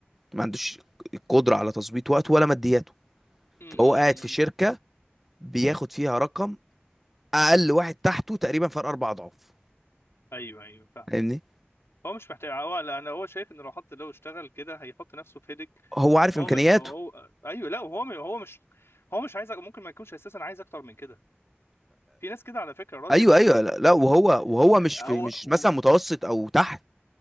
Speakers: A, in the centre; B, on the left.
A: ما عندوش القدره على تظبيط وقته ولا مادياته
B: امم
A: فهو قاعد في شركه بياخد فيها رقم اقل واحد تحته تقريبا فرق اربع اضعاف
B: ايوه ايوه فاهم
A: فاهمني
B: هو مش محتاج هو لا انا هو شايف ان لو حط لو اشتغل كده هيحط نفسه في هيدك
A: هو عارف
B: هو
A: امكانياته
B: ما هو ايوه لا هو م- هو مش هو مش عايز ممكن ما يكونش اساسا عايز اكتر من كده في ناس كده على فكره راضيه
A: ايوه
B: بالمط...
A: ايوه لا,
B: بالمط...
A: لا وهو وهو مش
B: هو
A: في مش
B: و...
A: مثلا متوسط او تحت